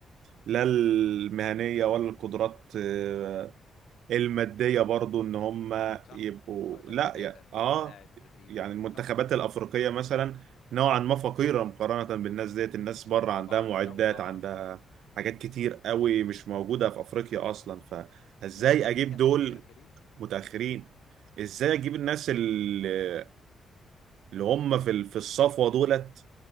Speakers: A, on the right; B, on the left.
A: لا المهنية ولا القدرات آه، المادية برضو ان هم
B: صح
A: يبقوا
B: سواء تدريبات
A: لا يا
B: انديه
A: اه
B: ملاعب تدريب
A: يعني
B: مم،
A: المنتخبات
B: صح صح
A: الأفريقية مثلا نوعا ما فقيرة مقارنة بالناس ديت الناس بره عندها
B: طبعا
A: معدات
B: ده طبعا
A: عندها حاجات كتير قوي مش موجودة في أفريقيا أصلا ف ازاي
B: متاخرين
A: اجيب
B: كمان
A: دول
B: متاخرين
A: متأخرين ازاي اجيب الناس ال- اللي هم في ال- في الصفوة دولت